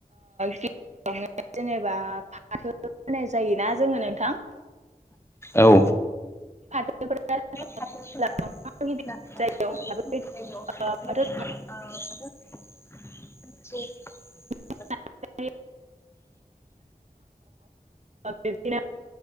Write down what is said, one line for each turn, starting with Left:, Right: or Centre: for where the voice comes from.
Right: गिनो जेनेबा फाथो होनाय जायोना जोङो नोंथां।
Left: औ।
Right: <unintelligible>
Left: <unintelligible>
Right: जायो अब्ला बै आरो
Left: <unintelligible>
Right: <unintelligible> बिदिनो